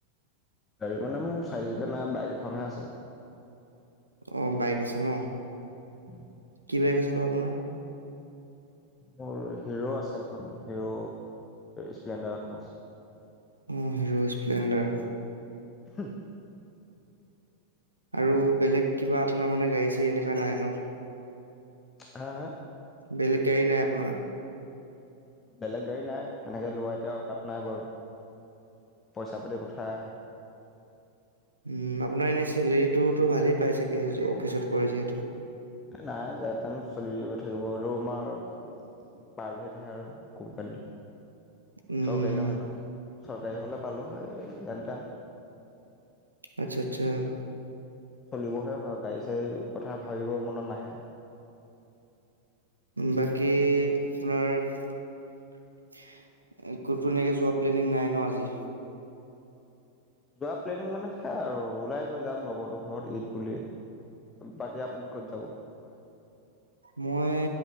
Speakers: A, on the left (about 20°); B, on the right (about 85°).
A: গাড়ী মানে মই চাৰিচকীয়া নাই বাইক এখনহে আছে
B: অ বাইক আছে ন
A: উম উম
B: কি বাইক আছে বাৰু আপোনাৰ
A: মোৰ হিৰো আছে এখন হিৰো স্প্লেণ্ডাৰ এখন আছে
B: অ হিৰো স্প্লেণ্ডাৰ
A: হ
B: আৰু বেলেগ কিবা আপোনাৰ মানে গাড়ী চাৰি এনেকা নাই ন
A: হা হা
B: বেলেগ গাড়ী নাই আপোনাৰ
A: বেলেগ গাড়ী নাই এনেকে লোৱা এতিয়া অকাত নাই বাৰু পইচা পাতিৰ কথা আহে
B: উম আপোনাৰ এনে চেলেৰীটোতো ভালেই পাই চাগে অফিচত কৰে যিহেতু
A: নাই যেন তেন চলি থাকিব আৰু আমাৰ আৰু আমাৰ প্ৰাইভেটহে আৰু কোম্পানী
B: উম
A: চৰকাৰী নহয় ন চৰকাৰী হলে পালো যেনটেন
B: আচ্ছা আচ্ছা
A: চলিবহে হয় গাড়ী চাড়ী কথা ভাবিব মনত নাহে
B: বাকী আপোনাৰ ক'তো এনেকৈ যোৱা প্লেনিং নাই ন আজি
A: যোৱা প্লেনিং মানে সে আৰু ওলাই গৈ যাম লগো ঘৰ ঈদ বুল বাকী আপুনি ক'ত যাব
B: মই